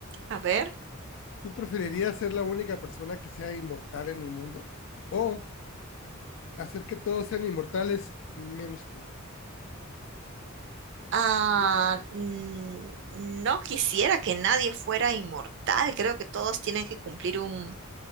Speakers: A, on the right; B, on the left.
A: a ver.
B: ¿Tú preferirías ser la única persona que sea inmortal en el mundo? ¿O hacer que todos sean inmortales menos tú?
A: Ah,
B: ¿Sí?
A: mm, no quisiera que nadie fuera inmortal. Creo que todos tienen que cumplir un,